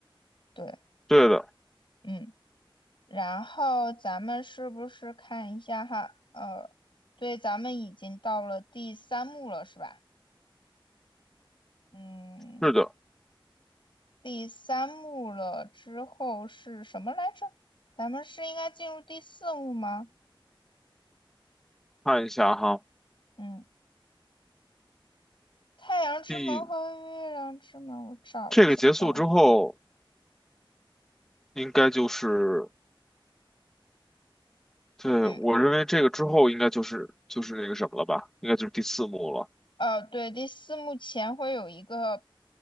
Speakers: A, on the left (about 65°); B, in the centre.
A: 对，
B: 对的，
A: 嗯。然后咱们是不是看一下哈？呃，对，咱们已经到了第三幕了，是吧？嗯，
B: 是的，
A: 第三幕了之后是什么来着？咱们是应该进入第四幕吗？
B: 看一下哈，
A: 嗯，太阳之门和月亮之门，
B: 第
A: 我找一下吧。
B: 这个结束之后，应该就是，对，
A: 嗯，
B: 我认为这个之后应该就是就是那个什么了吧，应该就是第四幕了。
A: 呃，对，第四幕前会有一个